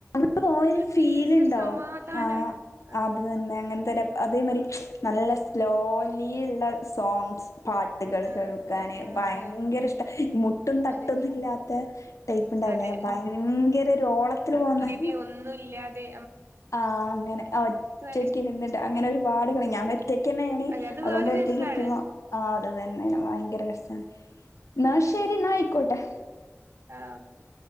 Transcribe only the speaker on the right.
പീസ് ഒരു സമാധാനാണ്.
ആഹ്
ആഹ്
ആഹ് ആഹ്
ആഹ്
അതെ
അതെ
<unintelligible> ഒന്നുല് ല്ലാതെ
നല്ല ഇഷ്ട
ഉം
അതെ അത്
വേറൊരു
രസാണ്.
ആ ഓക്കെ